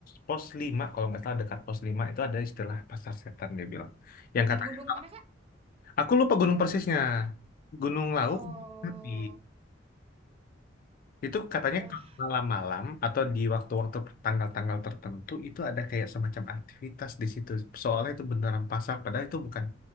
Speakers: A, on the left; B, on the right.
A: pos 5 kalau nggak salah dekat pos 5 itu ada istilah pasar setan dia bilang yang katanya
B: Di gunung mana, Kak?
A: aku lupa gunung persisnya Gunung Lauk
B: Oh,
A: tapi itu katanya
B: wah.
A: kalau malam-malam atau di waktu-waktu tanggal-tanggal tertentu itu ada kayak semacam aktivitas di situ soalnya itu beneran pasar padahal itu bukan